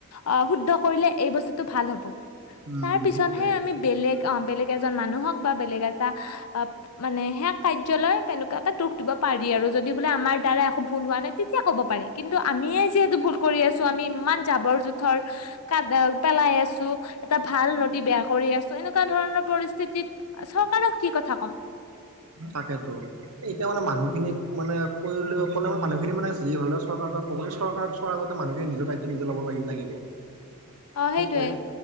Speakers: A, on the left; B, on the right.
A: অ শুদ্ধ কৰিলে এই বস্তুটো ভাল হ'ব
B: উম
A: তাৰ
B: উম
A: পিছতহে
B: সেইটোয়ে
A: আমি বেলেগ অ বেলেগ এজন মানুহক বা বেলেগ এটা মানে সে কাৰ্যলয় তেনেকুৱাকে দুখ দিব। পাৰি আৰু যদি বোলে আমাৰ দ্বাৰা আমি ভুল হোৱা নাই তেতিয়া ক'ব পাৰি কিন্তু আমিয়ে যিহেতু ভুল কৰি আছো আমি ইমান জাবৰ জোথৰ ক পেলাই আছো এটা ভাল নদী বেয়া কৰি আছো এনেকুৱা ধৰণৰ পৰিস্থিতিত চৰকাৰক কি কথা ক'ম
B: তাকেতো এতিয়া মানে মানুহ মানে কৰিলে'লে মানুখিনি মানে যি হ'লেও চৰকাৰ চৰকাৰক আ মানুখিনিয়ে নিজৰ নিজে লব লাগিব
A: অ
B: সেইটোয়ে
A: সেইটোৱে